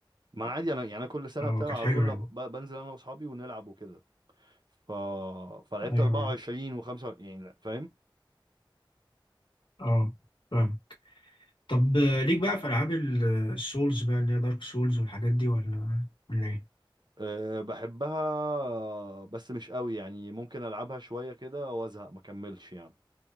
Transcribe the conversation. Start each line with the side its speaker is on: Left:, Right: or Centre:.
Right: ما أنا عادي أنا يعني أنا كل سنة
Left: اه
Right: بتابع
Left: كانت
Right: على
Left: حلوة
Right: طول
Left: يعني
Right: ب... بنزل أنا وأصحابي ونلعب وكده ف... فلعبت
Left: ايوه
Right: 24
Left: يعني
Right: و5 يعني فاهم
Left: اه فاهم طب آه، ليك بقى في العاب ال- السولز بقى اللي هي دارك سولز والحاجات دي ولا ولا ايه
Right: أه بحبها بس مش قوي يعني ممكن العبها شويه كده وازهق ما اكملش يعني